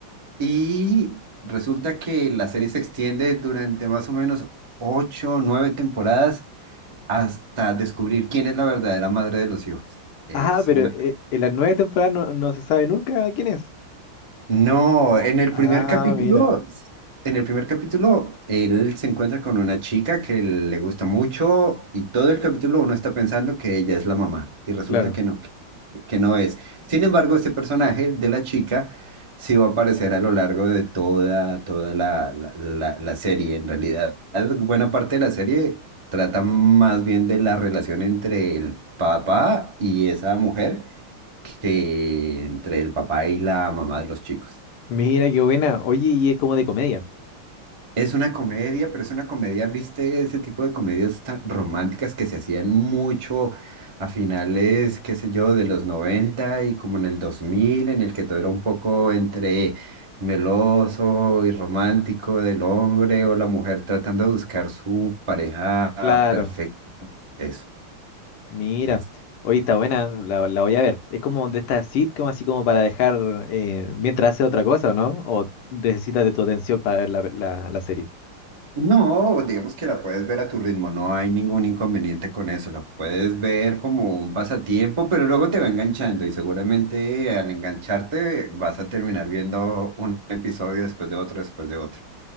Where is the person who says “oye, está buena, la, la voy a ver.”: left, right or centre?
Left